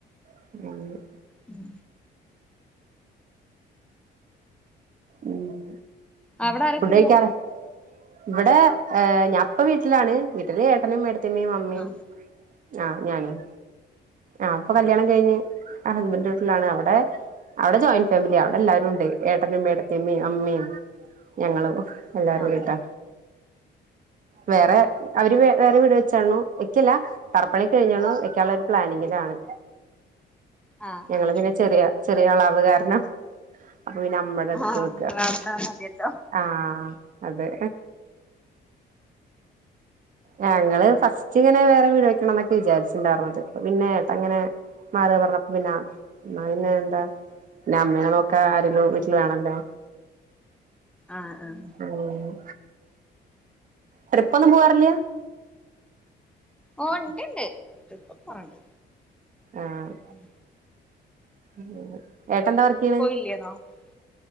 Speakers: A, on the right; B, in the centre.
A: <unintelligible>
B: ഉം.
A: ഉം,
B: അവിടെ ആരൊക്കെയുള്ളെ
A: ഫുഡെഴിക്കാണ്. ഇവടെ ഏ ഞാ പ്പ വീട്ടിലാണ് വീട്ടില് ഏട്ടനും ഐട്ടത്ത്യമ്മിം അമ്മിം
B: ആഹ്
A: ആഹ്, ഞാനും ആഹ്, പ്പൊ കല്ല്യാണം കഴിഞ്ഞ് ആഹ് ഹസ്ബൻഡ്ൻ്റെ വീട്ടിലാണ് അവ്ടെ അവിടെ ജോയിന്റ് ഫാമിലിയാ അവ്ടെല്ലാരൂണ്ട് ഏട്ടനും മേട്ട ത്തിമ്മിം അമ്മിം ഞങ്ങളും എല്ലാരു
B: ആഹ്
A: <unintelligible> വേറെ അവര് വെ വേറെ വീട് വെച്ചണു വെയ്ക്കെല്ല തറപ്പണിക്കെ കഴിഞ്ഞ്ണു പ്ലാനിങ്ങിലാണ്.
B: ആഹ്
A: ഞങ്ങള്
B: ആഹ് ആഹ്
A: പിന്നെ ചെറിയ ചെറിയ ആളാവ് കാരണം അപ്പൊ പിന്നെ നമ്മടട്ത്ത്
B: ആഹ്
A: നിക്ക.
B: അവിടുത്തെ മതിയല്ലോ
A: ആഹ്, അതെ. ഞങ്ങള് ഫസ്റ്റ് ഇങ്ങനെ വേറെ വീട് വെ ണംന്നൊക്കെ വിചാരിച്ചിണ്ടായിര്ന്നത് പ്പപിന്നെ <unintelligible> അങ്ങനെ മാറ പർഞ്ഞ പിന്നാ ന്നാപിന്നെ എന്താ ന്നാ അമ്മേനെ നോക്കാ ആരെലും വീട്ടിൽ
B: ഉം
A: വേണല്ലോ,
B: ആഹ്, ആഹ്.
A: ഏഹ്, ട്രിപ്പൊന്നും പോവാറില്ല്യ.
B: ഓഹ്, ണ്ട്ണ്ട്, ട്രിപ്പൊക്കെ <unintelligible> ണ്ട്,
A: ആഹ്,
B: ഉം.
A: അങ്ങനെ ഏട്ടെൻന്താ വർക്കിയിണ്
B: <unintelligible>